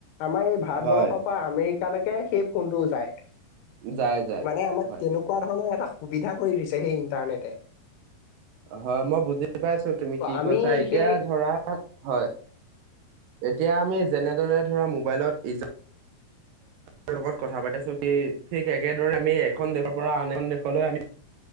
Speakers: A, on the left; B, on the right.
A: আমাৰ এই ভাৰতবৰ্ষৰ
B: হয়
A: পৰা আমেৰিকালৈকে সেই ফোনটোও যায়
B: যায় যায়
A: মানে আমাক
B: হয়
A: তেনেকুৱা ধৰণৰ এটা সুবিধা কৰি দিছে সেই ইণ্টাৰনেটে।
B: হয় মই বুজি পাইছো তুমি কি
A: আমি
B: কৈছা এতিয়া
A: সেই
B: ধৰা হয় এতিয়া আমি যেনেদৰে ধৰা মোবাইলত ই জনৰ লগত কথা পাতি আছো কি ঠিক একেদৰে আমি এখন দেশৰ পৰা আন এখন দেশলৈ আমি